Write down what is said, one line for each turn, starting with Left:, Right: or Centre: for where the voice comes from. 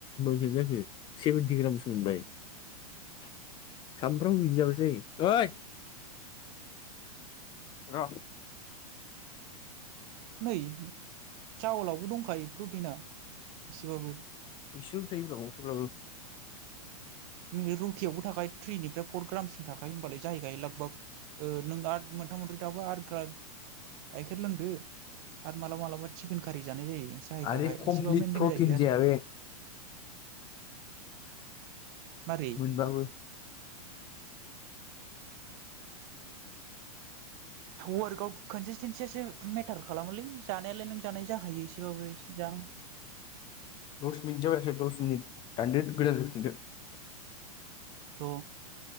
Left: जाखो सानफ्रोमबो बिदि जाबासो जायो। र
Right: नै चावलावबो दंखायो प्रटिना इसेबाबो।
Left: इसेल' थायोबाव थेब्लाबो
Right: न रुटियावबो थाखाय थ्रिनिफ्राय फर ग्रामसिम थाखायो होनबालाय जाहैखायो लागबाग ओ नों आरो मोनथाम मोनब्रै थाबाय आरो <unintelligible> गायखेर लोंदो आरो मालाबा मालाबा चिकेन खारि जानाय जायो जाहैखाबाय
Left: आरे कमप्लिट
Right: एसेबा मेनटेन
Left: प्रटिन
Right: जाहोयो आरो
Left: जाया बे
Right: मारै
Left: मोन बाबो
Right: वार्कआउट कनसिसटेनसियासो मेटार खालामोलै जानायालाय नों जानाय जाखायो एसेबाबोसे जा
Left: दस मिनिट जाबायसो <unintelligible>
Right: र'